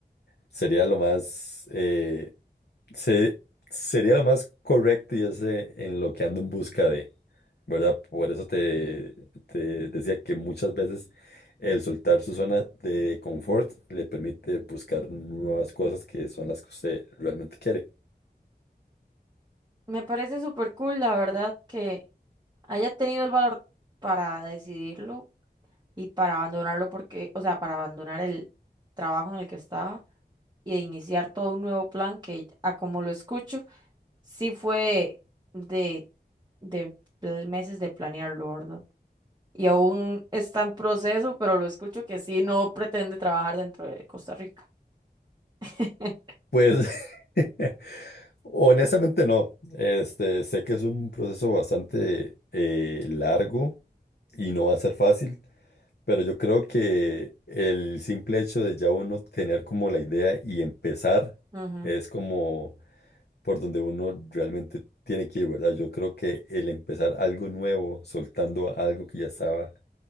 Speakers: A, on the left; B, on the right.
A: Sería lo más eh, Se, sería lo más correcto y es eh, en lo que ando en busca de, ¿verdad? Por eso te, te decía que muchas veces el soltar su zona de confort le permite buscar nuevas cosas que son las que usted realmente quiere.
B: Me parece súper cool, la verdad, que haya tenido el valor para decidirlo y para abandonarlo porque, o sea, para abandonar el trabajo en el que estaba y de iniciar todo un nuevo plan que, a como lo escucho, sí fue de, de pl- meses de planearlo, ¿verdad? y aún está en proceso, pero lo escucho que sí no pretende trabajar dentro de Costa Rica. <laughs>
A: Pues <laughs> honestamente no. Este, sé que es un proceso bastante eh, largo y no va a ser fácil. Pero yo creo que el simple hecho de ya uno tener como la idea y empezar
B: Ujú.
A: es como por donde uno realmente tiene que ir, ¿verdad? Yo creo que el empezar algo nuevo, soltando algo que ya estaba